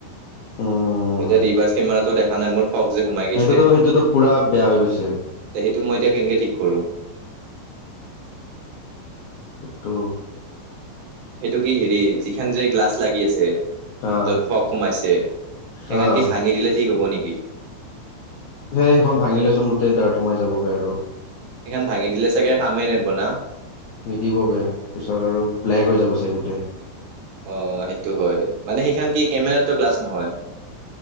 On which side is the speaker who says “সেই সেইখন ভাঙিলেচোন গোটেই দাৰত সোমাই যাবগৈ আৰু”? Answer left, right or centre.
Left